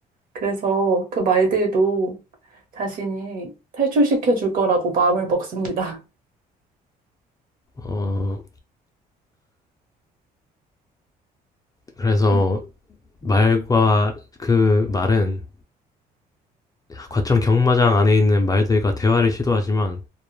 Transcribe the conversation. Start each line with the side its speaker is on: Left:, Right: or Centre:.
Right: 그래서 그 말들도 자신이 탈출시켜 줄 거라고 마음을 먹습니다.
Left: 어, 그래서
Right: <laughs>
Left: 말과 그 말은 과천 경마장 안에 있는 말들과 대화를 시도하지만